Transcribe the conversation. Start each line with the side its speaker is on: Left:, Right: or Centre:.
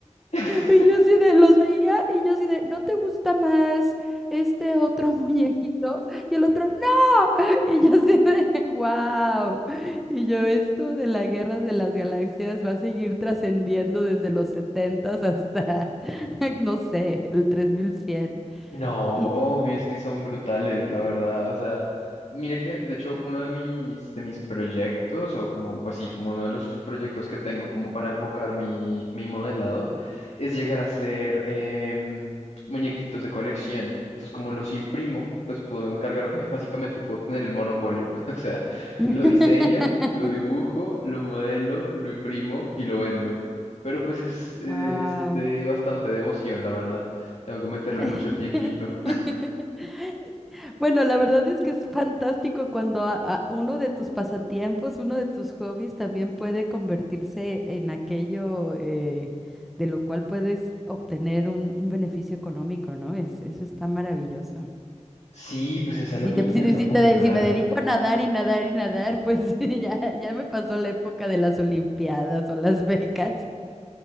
Left: <laughs>
Centre: Y yo sí de, los veía y yo sí de, ¿no te gusta más este otro <laughs> muñequito? Y el otro, ¡no! Y yo sí de, ¡wow! Y yo, esto de las guerras de las galaxias va a seguir trascendiendo desde los setentas hasta, <laughs> no sé, el 3100.
Left: No, obvio,
Centre: Y...
Left: es que son brutales, la verdad. O sea, mira que, de hecho, uno de mis, de mis proyectos, o como, pues sí, como uno de los proyectos que tengo como para enfocar mi, mi modelado, es llegar a hacer em, muñequitos de colección. Entonces, como los imprimo, pues puedo encargarme, básicamente puedo tener el monopolio. <laughs> O sea,
Centre: <laughs>
Left: lo diseño, lo dibujo, lo modelo, lo imprimo y lo vendo. Pero pues es, es
Centre: Wow.
Left: de bastante devoción, la verdad. Tengo que meterle
Centre: <laughs>
Left: mucho tiempito.
Centre: Bueno, la verdad es que es fantástico cuando a- a- uno de tus pasatiempos, uno de tus hobbies también puede convertirse en aquello eh, de lo cual puedes obtener un, un beneficio económico, ¿no? Es, eso está maravilloso.
Left: Sí, pues es a lo
Centre: Si,
Left: que
Centre: te-
Left: intento
Centre: si, te- si
Left: apuntar.
Centre: te de- si me dedico a nadar y nadar y nadar, pues <laughs> ya, ya me pasó la época de las olimpiadas o las becas.